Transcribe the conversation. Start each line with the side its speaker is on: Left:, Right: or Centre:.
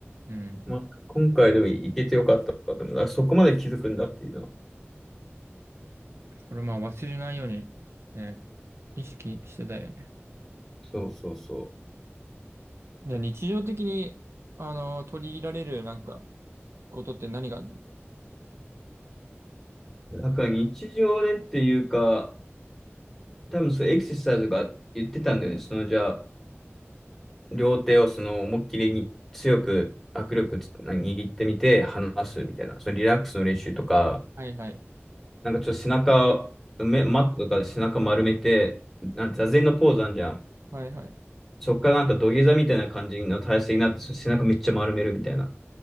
Right: うん。
Centre: まあ、今回でも行けてよかったかと思う。あそこまで気づくんだっていうのは。
Right: これまあ忘れないように、ね、意識してたよね。
Centre: そうそうそ
Right: じゃあ日常的に、あの、取り入れられるなんか、ことって何があるの
Centre: う。なんか日常でっていうか、多分そうエクササイズが言ってたんだよね。そのじゃあ、両手をその思いっきりに強く握力つ握ってみて離すみたいな、そのリラックスの練習とか、
Right: はいはい。
Centre: なんかちょっと背中、めマットとかで背中丸めて、な座禅のポーズあんじゃん。
Right: はいはい。
Centre: そっからなんか土下座みたいな感じの体勢になって、その背中めっちゃ丸めるみたいな。